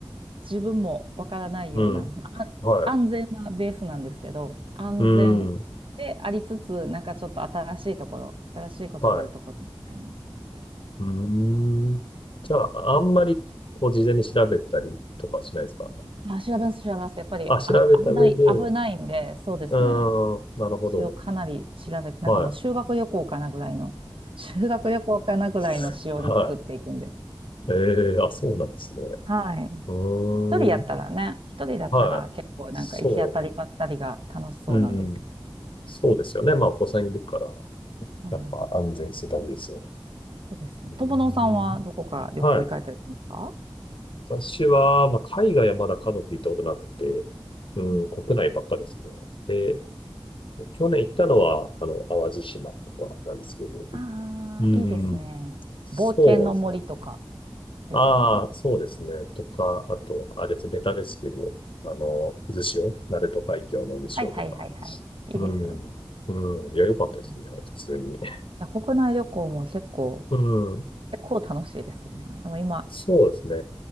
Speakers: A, on the right (about 65°); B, on the left (about 65°).
A: 自分もわからないような、
B: うん。
A: あ安全なベースなんですけど、
B: はい。
A: 安全でありつつ、
B: うん。
A: なんかちょっと新しいところ、新しいことがあるところみたいなのって
B: はい。うーん。じゃあ、あんまり、こう、事前に調べたりとかはしないですか
A: あ、調べます、調べます。やっぱり、
B: あ、調べた上で、
A: あ、危ない、危ないんで、
B: う
A: そうですね。
B: ーん、なるほど。
A: 一応かなり調べて、なんかもう修学旅行かなぐらいの、
B: はい。
A: 修学旅行かなぐらいのしおり作っていくんで。
B: <laughs> はい。ええあ、そうなんですね。
A: はい。
B: うーん。
A: 一人やったらね、一人だったら結構なんか行き当たりばったりが楽しそうなんです。
B: はい。そう。うん。そうですよね。まあ、お子さんいるから、
A: そうなんです。
B: やっぱ安全性大事ですよね。
A: そうです。
B: うーん。
A: 友野さんはどこか旅行行かれたりするんですか
B: はい。私は、まあ、海外はまだ家族で行ったことなくて、うん、
A: うん
B: 国内ばっかですね。で、去年行ったのは、あの、淡路島とかなんですけど、
A: ああ、
B: うん。
A: いいですね。
B: そうですね。
A: 冒険の森とかですよね。
B: ああ、そうですね。とか、あと、あれです、ベタですけど、あの、渦潮、鳴門海峡の渦潮とか、
A: はいはいはいはい。いいですよね。
B: うん。うん。いや、良かったですね。
A: うん
B: 普通に。
A: 国内旅行も結構、
B: うん。
A: 結構楽しいですよね。でも今、
B: そうですね。